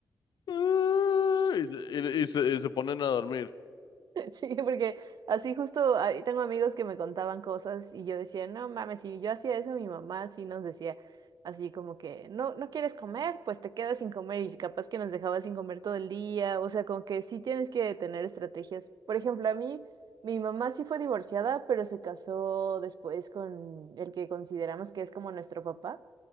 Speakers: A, on the left; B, on the right.
A: Ah, Y, se, y- y se- y se ponen a dormir.
B: <laughs> Sí, porque así justo ahí tengo amigos que me contaban cosas y yo decía, no mames, si yo hacía eso, mi mamá sí nos decía así como que, no, no quieres comer, pues te quedas sin comer y capaz que nos dejaba sin comer todo el día, o sea, como que sí tienes que tener estrategias. Por ejemplo, a mí, mi mamá sí fue divorciada, pero se casó después con el que consideramos que es como nuestro papá